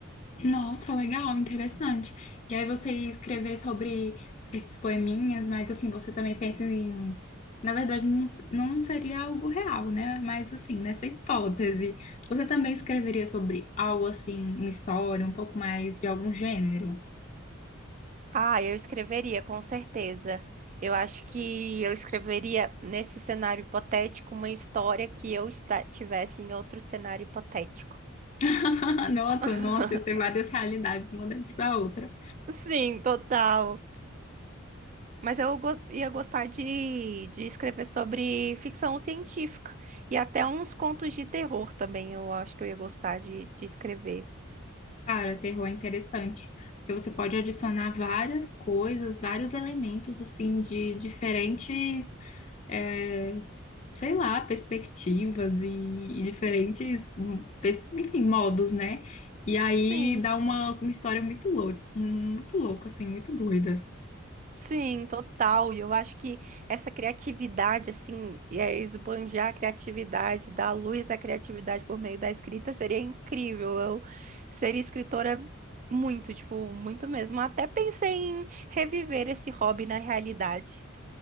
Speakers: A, on the left; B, on the right.
A: nossa, legal, interessante. E aí você ia escrever sobre esses poeminhas, mas assim, você também pensa em. Na verdade, não, s- não seria algo real, né? Mas assim, nessa hipótese, você também escreveria sobre algo assim, uma história, um pouco mais de algum gênero?
B: Ah, eu escreveria, com certeza. Eu acho que eu escreveria nesse cenário hipotético uma história que eu esta- tivesse em outro cenário hipotético.
A: <laughs> Nossa,
B: <laughs>
A: nossa, ia ser várias realidades, uma dentro da outra.
B: Sim, total. Mas eu gos- ia gostar de, de escrever sobre ficção científica e até uns contos de terror também. Eu acho que eu ia gostar de, de escrever.
A: Cara, terror é interessante, porque você pode adicionar várias coisas, vários elementos, assim, de diferentes, é, sei lá, perspectivas e, e diferentes, hum, pers- enfim, modos, né? E aí
B: Sim,
A: dá uma, uma história muito louca, muito louca, assim, muito doida.
B: sim, total. E eu acho que essa criatividade, assim, e aí esbanjar a criatividade, dar luz à criatividade por meio da escrita seria incrível. Eu seria escritora muito, tipo, muito mesmo. Até pensei em reviver esse hobby na realidade.